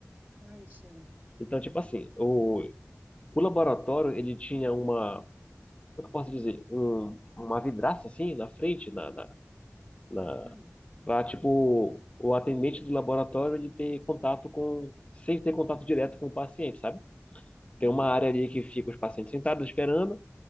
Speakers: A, on the right; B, on the left.
A: Ai, gente.
B: Então, tipo assim, o, o laboratório, ele tinha uma, como é que eu posso dizer? Um, uma vidraça assim na frente, na, na, na
A: Uhum,
B: para tipo o atendente do laboratório ele ter contato com sem ter contato direto com o paciente, sabe? Tem
A: uhum,
B: uma área ali que fica os pacientes sentados esperando,